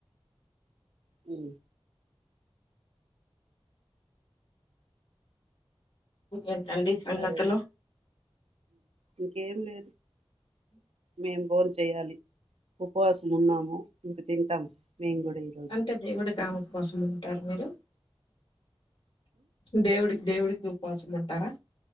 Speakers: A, on the right; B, on the left.
A: మ్
B: ఏంటండీ సంగతులు
A: సరే ఇంకేం లేదు మేం బోన్ చేయాలి ఉపవాసం ఉన్నాము ఇంక తింటాం మేము కూడా ఈరోజు
B: అంటే దేవుడి కనుక కోసం ఉంటారు మీరు దేవుడికి దేవుడికి ఉపవాసం ఉంటారా